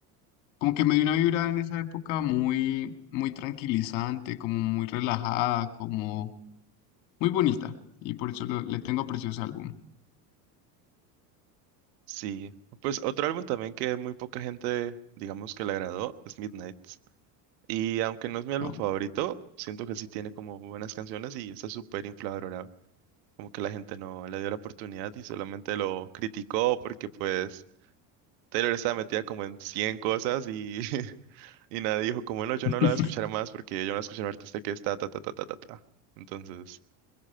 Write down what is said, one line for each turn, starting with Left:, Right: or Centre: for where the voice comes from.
Left: como que me dio una vibra en esa época muy, muy tranquilizante, como muy relajada, como muy bonita. Y por eso lo- le tengo aprecio a ese álbum.
Right: Sí, pues otro álbum también que muy poca gente, digamos que le agradó, es Midnight. Y aunque no es mi álbum
Left: Wow.
Right: favorito, siento que sí tiene como buenas canciones y está súper infravalorado. Como que la gente no le dio la oportunidad y solamente lo criticó porque pues Taylor estaba metida como en 100 cosas y, <laughs> y nadie dijo como, no, yo
Left: <laughs>
Right: no la voy a escuchar más porque yo no la escuché a un artista que está ta ta ta ta ta ta. Entonces,